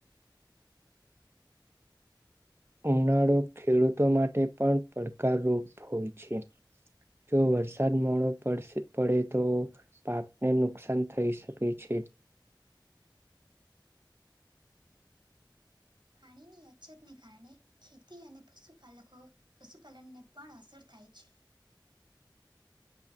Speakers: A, on the right; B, on the right.
A: ઉનાળો ખેડૂતો માટે પણ પડકારરૂપ હોય છે જો વરસાદ મોડો પડ પડે તો પાકને નુકસાન થઈ શકે છે <inaudible>
B: પાણીની અછતને કારણે ખેતી અને પશુપાલકો પશુપાલનને પણ અસર થાય. થાય છે.